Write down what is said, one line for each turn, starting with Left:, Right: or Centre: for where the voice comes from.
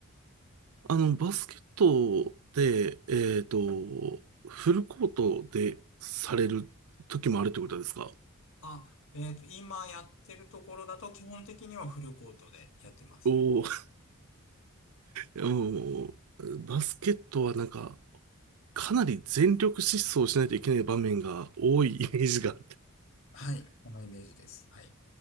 Right: あの、バスケットで、えっと、フルコートでされる時もあるということですか
Left: あ、えっと、今やってるところだと、基本的にはフルコートでやってますね。
Right: おもう、バスケットはなんか、かなり全力疾走しないといけない場面が多い <laughs> イメージがあって。
Left: はい。そのイメージです。はい。